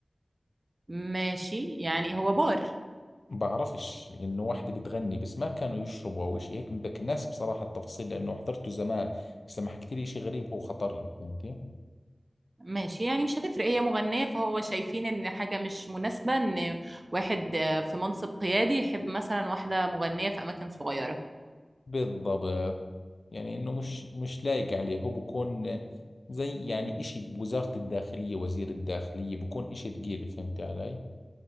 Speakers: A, on the right (about 45°); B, on the left (about 80°).
A: ماشي يعني هو بار
B: بعرفش انه واحدة بتغني بس ما كانوا يشربوا او اشي هيك بتذكر الناس بصراحة التفاصيل لانه حضرته زمان بس لما حكيت لي اشي غريب هو خطر لي فهمتي
A: ماشي يعني مش هتفرق هي مغنية فهو شايفين ان حاجة مش مناسبة ان واحد آه، في منصب قيادي يحب مثلا واحدة مغنية في اماكن صغيرة
B: بالضبط يعني انه مش مش لايق عليه هو بكون زي يعني اشي بوزارة الداخلية وزير الداخلية بكون اشي ثقيل فهمت علي